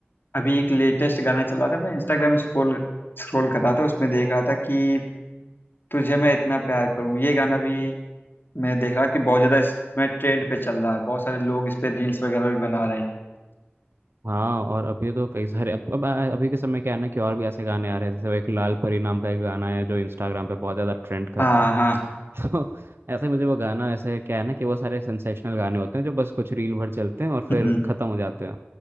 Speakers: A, on the left (about 60°); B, on the right (about 70°).
A: अभी एक लेटेस्ट गाना चला था मैं इंस्टाग्राम स्क्रॉल स्क्रॉल कर रहा था उसमें देख रहा था कि तुझे मैं इतना प्यार करूं ये गाना भी मैं देख रहा कि बहुत ज़्यादा इसमें ट्रेंड पे चल रहा है बहुत सारे लोग इस पे रील्स वगैरह भी बना रहे हैं
B: हाँ और अभी तो कई सारे अब अब आ- अभी के समय क्या है ना कि और भी ऐसे गाने आ रहे हैं जैसे वो एक लाल परी नाम का एक गाना है जो इंस्टाग्राम पे बहुत ज़्यादा ट्रेंड कर
A: हाँ
B: रहा
A: हाँ
B: है तो ऐसे ही मुझे वो गाना ऐसे क्या है ना कि वो सारे सेंसेशनल गाने होते हैं जो बस कुछ रील भर चलते हैं और फिर
A: हम्म,
B: खत्म हो जाते हैं